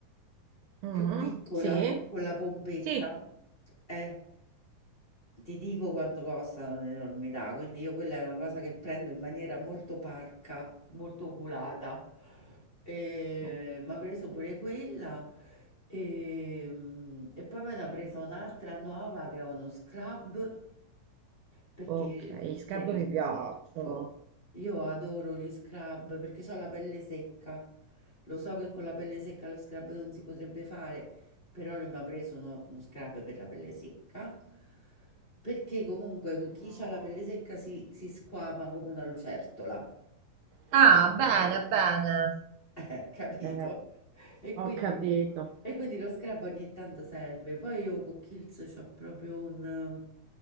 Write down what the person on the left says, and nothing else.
più piccola
con la pompetta,
eh, ti dico quanto costano un'enormità, quindi io quella è una cosa che prendo in maniera molto parca, molto oculata. E
mi ha preso pure quella e, e poi me ne ha presa un'altra nuova che è uno scrub perché
per il
corpo. Io adoro gli scrub perché ho la pelle secca. Lo so che con la pelle secca lo scrub non si potrebbe fare, però lui mi ha preso uno, uno scrub per la pelle secca, perché comunque chi
ha la pelle secca si, si squama come una lucertola.
Eh, capito?
E quindi,
niente. e quindi lo scrub ogni tanto serve. Poi io con Kills ho proprio un,